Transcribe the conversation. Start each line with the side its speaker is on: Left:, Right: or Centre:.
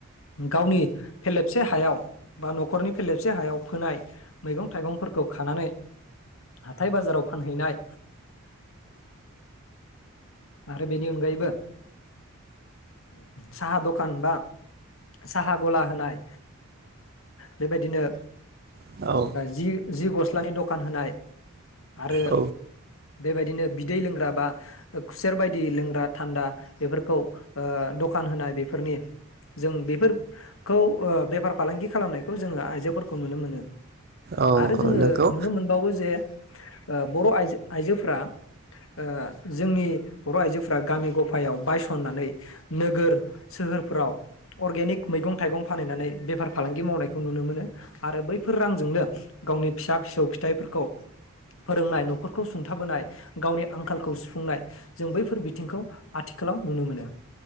Left: गावनि फेलेबसे हायाव बा न'खरनि फेलेबसे हायाव फोनाय मैगं थाइगंफोरखौ खानानै हाथाय बाजाराव फानहैनाय आरो बेनि अनगायैबो साहा दखान बा साहा गला होनाय बेबायदिनो
Right: औ
Left: जि जि गस्लानि दखान होनाय आरो
Right: औ
Left: बेबायदिनो बिदै लोंग्रा बा खुसेर बायदि लोंग्रा थान्दा बेफोरखौ दखान होनाय बेफोरनि जों बेफोरखौ बेफार फालांगि खालामनायखौ जोङो आइजोफोरखौ नुनो मोनो आरो
Right: औ
Left: जोङो
Right: नंगौ
Left: नुनो मोनबावो जे बर' आइजो आइजोफोरा ओ जोंनि बर' आइजोफोरा गामि गफायाव बायसननानै नोगोर सोहोरफ्राव अर्गेनिक मैगं थाइगं फानहैनानै बेफार फालांगि मावनायखौ नुनो मोनो आरो बैफोर रांजोंनो गावनि फिसा फिसौ फिथाइफोरखौ फोरोंनाय न'खरखौ सुंथाबोनाय गावनि आंखालखौ सुफुंनाय जों बैफोर बिथिंखौ आथिखालाव नुनो मोनो